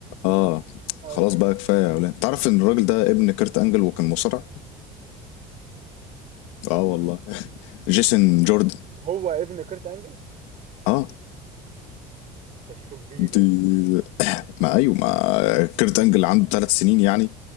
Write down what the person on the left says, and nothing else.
اه
خلاص بقى كفايه يا اولاد تعرف ان الراجل ده ابن كيرت انجل وكان مصارع اه والله <laughs> جيسون جوردن
اه
دي
<coughs> ما ايوه ما كيرت انجل عنده ثلاث سنين يعني